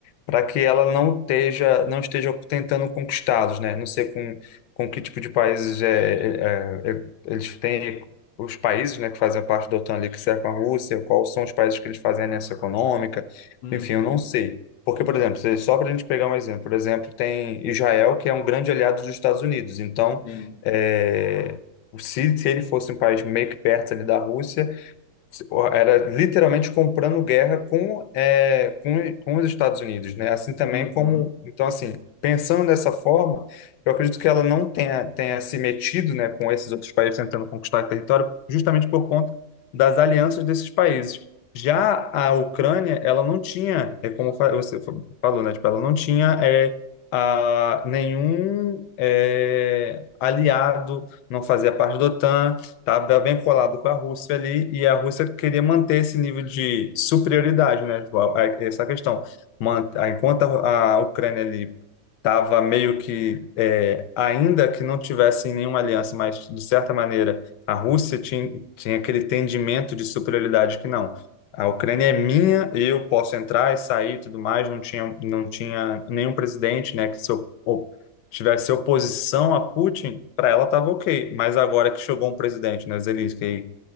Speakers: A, on the left; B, on the left.
A: para que ela não esteja não esteja tentando conquistá-los, né? Não sei com com que tipo de países é, é, é, eles têm os países, né, que fazem parte da OTAN ali que cercam a Rússia, quais são os países que eles fazem a aliança econômica,
B: Uhum,
A: enfim, eu não sei. Porque, por exemplo, se- só para a gente pegar um exemplo, por exemplo, tem Israel, que é um grande aliado dos Estados Unidos. Então,
B: sim.
A: é, se, se ele fosse um país meio que perto ali da Rússia, era literalmente comprando guerra com, é, com, com os Estados Unidos, né? Assim também
B: Uhum.
A: como, então assim, pensando dessa forma, eu acredito que ela não tenha, tenha se metido, né, com esses outros países tentando conquistar território, justamente por conta das alianças desses países. Já a Ucrânia, ela não tinha, é como fa- você fa- falou, né, tipo, ela não tinha é, a, nenhum é, aliado, não fazia parte da OTAN, tá bem colado com a Rússia ali, e a Rússia queria manter esse nível de superioridade, né? Tipo, a- a- Essa questão. Man- a- Enquanto a a Ucrânia ali estava meio que, é, ainda que não tivesse nenhuma aliança, mas de certa maneira a Rússia tinha, tinha aquele entendimento de superioridade que não. A Ucrânia é minha, eu posso entrar e sair e tudo mais, não tinha, não tinha nenhum presidente, né, que se op- tivesse oposição a Putin, para ela estava ok. Mas agora que chegou um presidente, né, Zelensky,